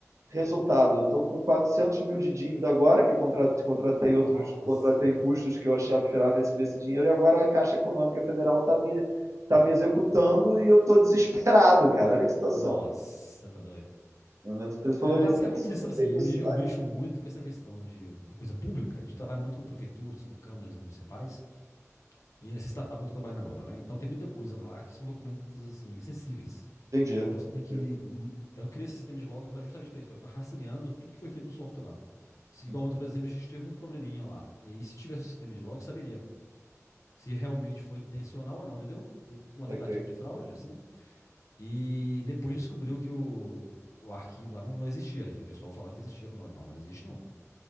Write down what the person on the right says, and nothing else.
Resultado, eu tô com 400 mil de dívida agora, que contra- contratei
outros, contratei custos que eu achava que esperava receber esse dinheiro, e agora a Caixa Econômica Federal está me, tá me executando e eu estou desesperado, cara. Olha que situação.
Você falou
licitação,
não
tem
isso. Aí-
Entendi,
entendi,
entendi.
Ok,